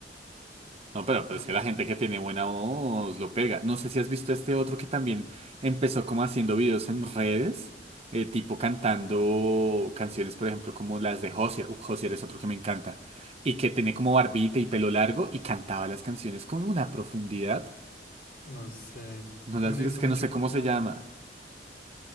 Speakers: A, on the right (about 35°); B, on the left (about 55°).
A: No,
B: arrancó
A: pero, pero
B: rapidísimo.
A: es que la gente que tiene buena voz lo pega. No sé si has visto este otro que también empezó como haciendo videos en redes, eh, tipo cantando canciones, por ejemplo, como las de Josier. Uf, Josier es otro que me encanta. Y que tiene como barbita y pelo largo y cantaba las canciones con una profundidad.
B: No sé, yo
A: No
B: también
A: las
B: he
A: vi,
B: visto
A: es que
B: mucho
A: no sé
B: como,
A: cómo se llama.